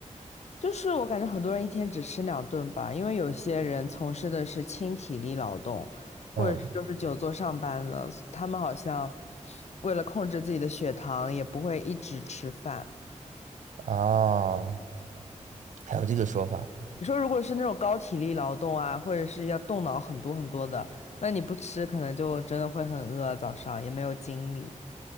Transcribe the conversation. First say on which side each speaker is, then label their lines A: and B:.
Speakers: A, on the left; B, on the right.
A: 就是我感觉很多人一天只吃两顿吧，因为有些人从事的是轻体力劳动，或者是就是久坐上班了，
B: 嗯
A: 他们好像为了控制自己的血糖，也不会一直吃饭。
B: 啊，还有这个说法。
A: 你说如果是那种高体力劳动啊，或者是要动脑很多很多的，那你不吃可能就真的会很饿，早上也没有精力。